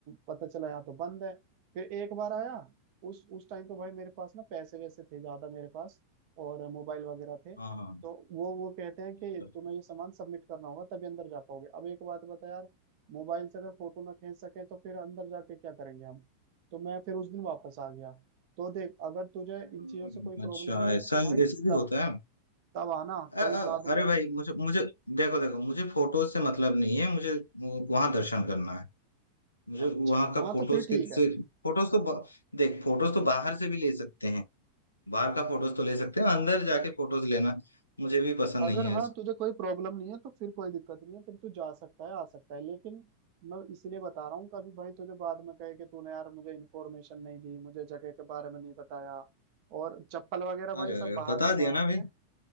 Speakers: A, on the right (about 45°); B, on the left (about 80°).
A: पता चला यहाँ तो बंद है फिर एक बार आया उस उस टाइम पे भाई मेरे पास ना पैसे वैसे थे ज्यादा मेरे पास और मोबाइल वगैरह थे
B: हाँ हाँ।
A: तो वो वो कहते हैं कि
B: अच्छा अच्छा
A: तुम्हें ये सामान सबमिट करना होगा तभी अंदर जा पाओगे अब एक बात बता यार मोबाइल से अगर फोटो ना खींच सके तो फिर अंदर जाके क्या करेंगे हम तो मैं फिर उस दिन वापस आ गया तो देख अगर तुझे
B: हम्म,
A: इन चीजों से कोई प्रॉब्लम
B: अच्छा
A: नहीं है
B: ऐसा
A: तो भाई त-
B: ऐसे भी होता है
A: तब आना
B: अ-
A: कभी
B: अ-
A: बाद में
B: अरे भाई मुझे मुझे देखो देखो मुझे फोटोज से मतलब नहीं है मुझे वहां दर्शन करना है मुझे वहां
A: अच्छा
B: का
A: हाँ
B: फोटोज
A: तो फिर
B: के
A: ठीक
B: से
A: है
B: फोटोज तो ब- देख फोटोज तो बाहर से भी ले सकते हैं बाहर का फोटोज तो ले सकते हैं अंदर जाके फोटोज लेना मुझे भी पसंद
A: अगर
B: नहीं है
A: हाँ
B: ऐसा।
A: तुझे कोई प्रॉब्लम नहीं है तो फिर कोई दिक्कत नहीं है फिर तू जा सकता है आ सकता है लेकिन मैं इसलिए बता रहा हूँ कभी भाई तुझे बाद में कहे कि तूने यार मुझे इन्फॉर्मेशन नहीं दी मुझे जगह के बारे में नहीं बताया और चप्पल वगैरह भाई
B: अरे
A: सब
B: अरे
A: बाहर
B: बता
A: जमा
B: दिया
A: होते
B: ना भाई
A: हैं